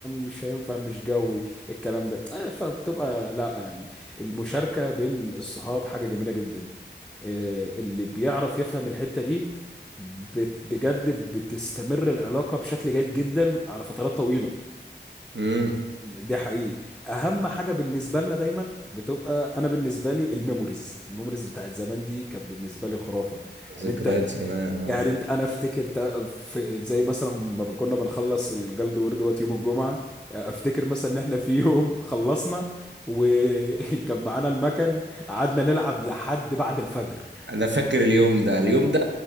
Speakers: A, in the centre; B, on the right.
A: مش هينفع مش جوي الكلام ده آه، فبتبقى لا يعني المشاركه بين الصحاب حاجه جميله جدا آه، اللي بيعرف يفهم الحتة دي بت- بجد بتستمر العلاقة بشكل جيد جدا على فترات طويلة
B: امم
A: ده حقيقي اهم حاجة بالنسبة لنا دايما بتبقى انا بالنسبة لي الميموريز الميموريز بتاعت زمان دي كانت بالنسبة لي خرافة يعني
B: ذكريات
A: انت
B: زمان اه
A: يعني انت انا افتكر تا- في زي مثلا ما بن- كنا بنخلص الجلد وورد دوت يوم الجمعة افتكر مثلا ان احنا في يوم <laughs> خلصنا وكان <laughs> معانا المكن قعدنا نلعب لحد بعد الفجر
B: انا فاكر اليوم ده اليوم ده